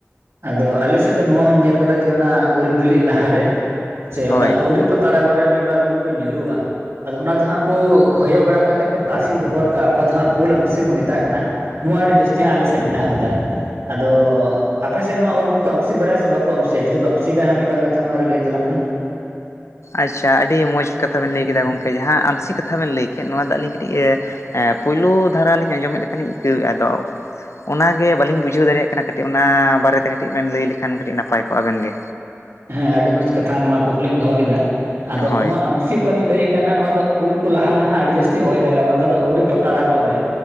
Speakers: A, on the right; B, on the left.
A: ᱟᱫᱚ ᱟᱞᱮ ᱥᱮᱫ ᱫᱚ ᱱᱚᱣᱟ ᱦᱚᱸᱧ ᱧᱮᱞ ᱠᱟᱫᱟ ᱡᱮ ᱚᱱᱟ ᱩᱞ ᱵᱤᱞᱤ ᱞᱟᱦᱟᱨᱮ ᱥᱮ
B: ᱦᱳᱭ
A: ᱚᱱᱟ ᱟᱹᱣᱨᱤ ᱯᱟᱛᱲᱟ ᱜᱚᱜ ᱨᱮ ᱢᱤᱫ ᱵᱟᱨ ᱩᱞ ᱠᱚ ᱧᱩᱨᱩᱜᱼᱟ ᱟᱫᱚ ᱚᱱᱟ ᱫᱚ ᱦᱟᱸᱜ ᱠᱚ ᱦᱚᱭᱚ ᱵᱟᱲᱟ ᱠᱟᱛᱮᱫ ᱠᱚ ᱛᱟᱥᱮ ᱨᱚᱦᱚᱲ ᱠᱟᱜᱼᱟ ᱚᱠᱟ ᱫᱚ ᱦᱟᱸᱜ ᱩᱞ ᱟᱢᱥᱤ ᱠᱚ ᱢᱮᱛᱟᱜ ᱠᱟᱱᱟ, ᱱᱚᱣᱟ ᱟᱹᱰᱤ ᱡᱟᱹᱥᱛᱤ ᱦᱚᱸᱜ ᱟᱞᱮ ᱥᱮᱫ ᱢᱮᱱᱟᱜ ᱠᱟᱫᱟ ᱟᱫᱚ, ᱟᱯᱮ ᱥᱮᱫ ᱱᱚᱣᱟ ᱩᱞ ᱠᱚᱠᱚ ᱟᱢᱥᱤ ᱵᱟᱲᱟᱭᱟ ᱥᱮ ᱵᱟᱠᱚ ᱟᱢᱥᱤᱭᱟ ᱡᱩᱫᱤ ᱠᱚ ᱟᱢᱥᱤ ᱠᱷᱟᱭ ᱢᱤᱫᱵᱟᱨ ᱠᱟᱛᱷᱟ ᱱᱚᱣᱟ ᱨᱮ ᱞᱟᱹᱭ ᱛᱟᱞᱟᱝ ᱢᱮ,
B: ᱟᱪᱪᱷᱟ ᱟᱹᱰᱤ ᱢᱚᱡᱽ ᱠᱟᱛᱷᱟ ᱵᱮᱱ ᱞᱟᱹᱭ ᱠᱮᱫᱟ ᱜᱚᱝᱠᱮ ᱡᱟᱦᱟᱸ ᱟᱢᱥᱤ ᱠᱟᱛᱷᱟ ᱵᱮᱱ ᱞᱟᱹᱭ ᱠᱮᱫ ᱱᱚᱣᱟ ᱫᱚ ᱟᱹᱞᱤᱧ ᱠᱟᱹᱴᱤᱜ ᱮᱸ ᱦᱮᱸ ᱯᱳᱭᱞᱩ ᱫᱷᱟᱨᱟ ᱞᱤᱧ ᱟᱸᱡᱚᱢᱮᱫ ᱞᱮᱠᱷᱟᱱ ᱞᱤᱧ ᱟᱹᱭᱠᱟᱹᱣᱮᱫᱼᱟ ᱟᱫᱚ, ᱚᱱᱟᱜᱮ ᱵᱟᱹᱞᱤᱧ ᱵᱩᱡᱷᱟᱹᱣ ᱫᱟᱲᱮᱭᱟᱜ ᱠᱟᱱᱟ ᱠᱟᱹᱴᱤᱜ ᱚᱱᱟ ᱵᱟᱨᱮᱛᱮ ᱠᱟᱹᱴᱤᱜ ᱵᱮᱱ ᱞᱟᱹᱭ ᱞᱮᱠᱷᱟᱱ ᱠᱟᱹᱴᱤᱜ ᱱᱟᱯᱟᱭ ᱠᱚᱜᱼᱟ ᱟᱵᱮᱱ ᱜᱮ,
A: ᱦᱮᱸ ᱟᱹᱰᱤ ᱢᱚᱸᱡᱽ ᱠᱟᱛᱷᱟ ᱱᱚᱣᱟ ᱠᱩᱠᱞᱤᱢ ᱫᱚᱦᱚ ᱠᱮᱫᱟ ᱟᱫᱚ
B: ᱦᱳᱭ
A: ᱱᱚᱣᱟ ᱟᱹᱢᱥᱤ᱾ ᱚᱠᱟ ᱞᱤᱧ ᱞᱟᱹᱭᱮᱫ ᱠᱟᱱ ᱦᱟᱜ ᱱᱚᱣᱟ ᱫᱚ ᱩᱞ ᱠᱚ ᱞᱟᱦᱟ ᱞᱟᱦᱟ ᱟᱹᱰᱤ ᱡᱟᱹᱥᱛᱤ ᱦᱚᱭ ᱫᱟᱜᱟ ᱚᱱᱟ ᱠᱚᱫᱚ ᱟᱹᱣᱨᱤ ᱯᱟᱛᱟᱲᱟᱜᱚᱜ ᱨᱮ,